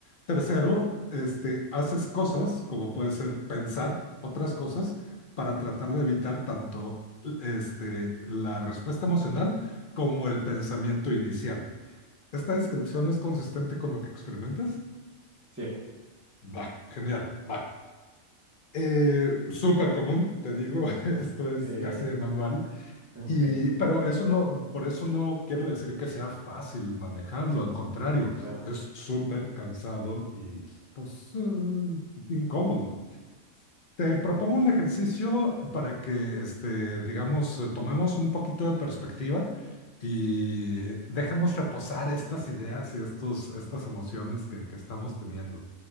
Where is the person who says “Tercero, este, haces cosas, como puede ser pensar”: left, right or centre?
Left